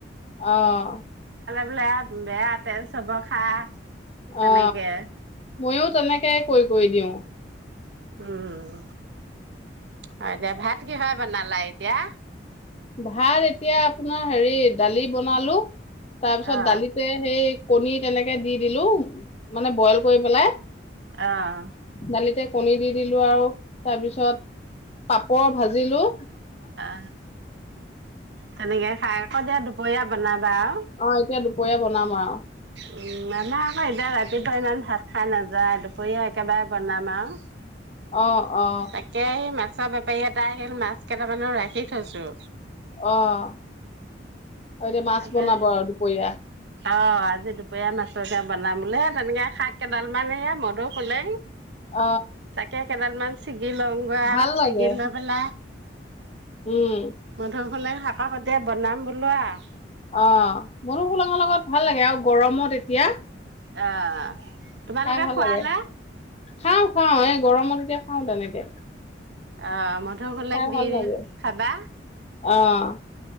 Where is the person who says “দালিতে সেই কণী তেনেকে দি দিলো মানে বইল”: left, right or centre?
Left